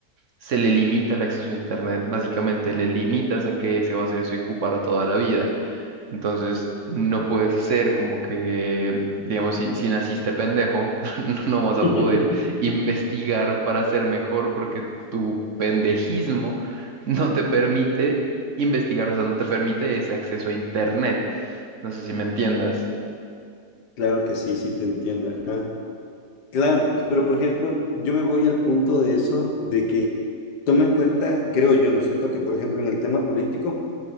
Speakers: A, on the right; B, on the left.
A: se le limita el acceso a internet, básicamente le limitas a que ese va a ser su IQ para toda la vida. Entonces, no puedes hacer como que, digamos, si, si naciste pendejo, <laughs> no no vas a
B: <laughs>
A: poder investigar para ser mejor porque tu pendejismo no te permite investigar, o sea, no te permite ese acceso a Internet. No sé si me entiendas.
B: Claro que sí, sí te entiendo, ajá. Claro, pues, pero por ejemplo, yo me voy al punto de eso, de que toma en cuenta, creo yo, ¿no es cierto?, que por ejemplo en el tema político,